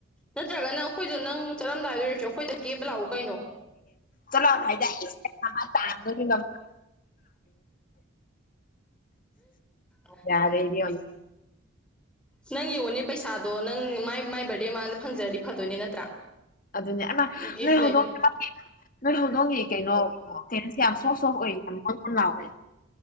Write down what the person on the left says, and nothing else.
ꯆꯠꯂꯣ ꯍꯥꯏꯗ ꯇꯥꯡꯒꯅꯤꯅ
ꯌꯥꯔꯦ ꯏꯕꯦꯝꯃ
ꯑꯗꯨꯅꯦ
ꯅꯣꯏ ꯍꯧꯗꯣꯛ
ꯅꯣꯏ ꯍꯧꯗꯣꯡꯏ ꯀꯩꯅꯣ ꯀꯩꯅꯣꯁꯦ ꯌꯥꯝ ꯁꯣꯛ ꯁꯣꯛꯑꯣꯏ ꯌꯥꯝ ꯉꯥꯎ ꯂꯥꯎꯏ